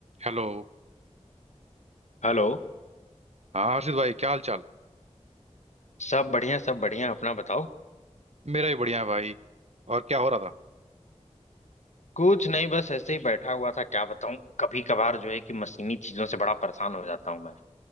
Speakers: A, on the right (about 60°); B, on the left (about 70°).
A: Hello
B: Hello
A: हाँ हर्षित भाई क्या हाल चाल
B: सब बढ़िया सब बढ़िया अपना बताओ
A: मेरा भी बढ़िया है भाई और क्या हो रहा था
B: कुछ नहीं बस ऐसे ही बैठा हुआ था क्या बताऊं कभी कभार जो है कि मशीनी चीजों से बड़ा परेशान हो जाता हूं मैं